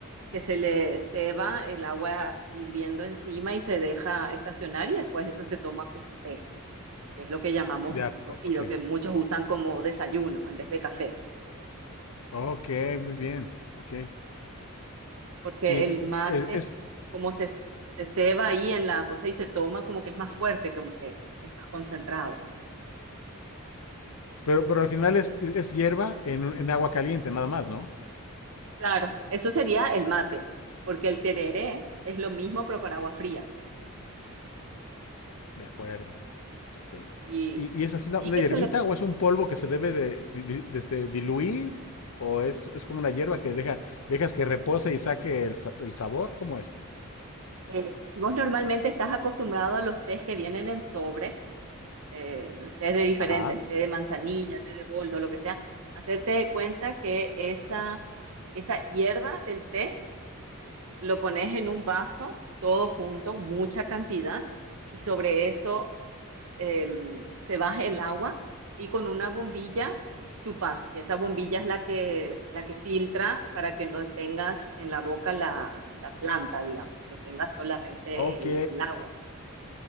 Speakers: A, on the right (about 70°); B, on the left (about 70°).
A: que se le ceba el agua hirviendo encima y se deja estacionar y después eso se toma como té, que es lo que llamamos
B: de acuerdo,
A: cocido,
B: ok.
A: que muchos usan como desayuno en vez de café,
B: Ok, muy bien, ok.
A: porque
B: Y l-
A: el mate,
B: es, es-
A: como se, se ceba ahí en la cosa y se toma, como que es más fuerte que un té, es más concentrado.
B: pero, pero al final es, es hierba en, un- en agua caliente, nada más, ¿no?
A: Claro, eso sería el mate, porque el tereré es lo mismo pero con agua fría.
B: De acuerdo.
A: Entonces,
B: Okay.
A: y,
B: ¿Y, y es así una,
A: y
B: una
A: que
B: hierbita
A: se le,
B: o es un polvo que se debe de, di- di- de este, diluir? ¿O es, es como una hierba que deja, dejas que repose y saque el, sa- el sabor? ¿Cómo es?
A: eh, si vos normalmente estás acostumbrado a los tés que vienen en sobre, eh, tés de diferentes,
B: Ajá.
A: té de manzanilla, té de boldo, lo que sea, hacerte de cuenta que esa, esa hierba del té lo pones en un vaso, todo junto, mucha cantidad, y sobre eso eh, se baja el agua y con una bombilla chupas, que esa bombilla es la que, la que filtra para que no tengas en la boca la, la planta, digamos, que tengas solamente
B: Ok.
A: el, el agua.